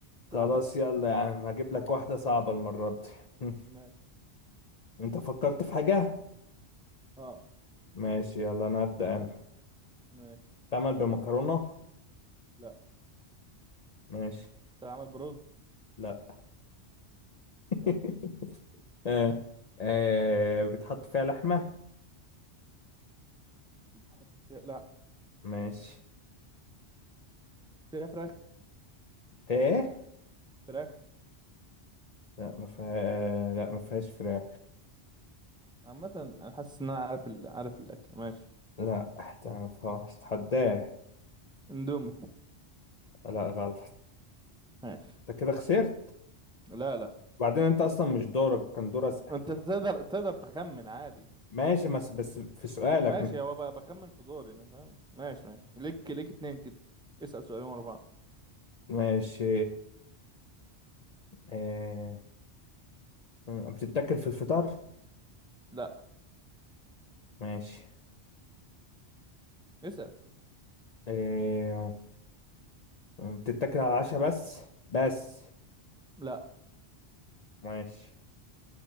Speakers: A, on the left (about 45°); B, in the centre.
A: خلاص
B: <laughs>
A: يلا
B: عادي
A: يا عم هجيب لك واحدة صعبة المرة دي
B: ماشي
A: <laughs> انت فكرت في حاجة؟
B: اه
A: ماشي يلا انا هبدأ انا
B: ماشي
A: تعمل بمكرونة؟
B: لا
A: ماشي
B: بتتعمل برز
A: لا <laughs>
B: ماشي
A: آه. آه. بتحط فيها لحمة؟
B: بتحط فيها- لا
A: ماشي
B: فيها فراخ
A: ايه؟
B: فراخ
A: لا ما فيها آه. لا ما فيهاش فراخ
B: عامة انا حاسس ان انا عارف ال... عارف الاكل ماشي
A: لا تعرفهاش اتحداه
B: اندومي
A: لا غلط
B: ماشي
A: انت كده خسرت
B: لا لا
A: وبعدين انت اصلا مش دورك كان دور اسأل
B: انت تقدر تقدر تخمن عادي
A: ماشي بس بس في سؤالك
B: ماشي
A: مش
B: هو ب- بخمن في دوري انا فاهم ماشي ماشي ليك ليك اتنين كده اسأل سؤالين ورا بعض
A: ماشي اه... آه، بتتاكل في الفطار
B: لا
A: ماشي
B: اسأل
A: اه... بتتاكل على العشاء بس بس
B: لا
A: ماشي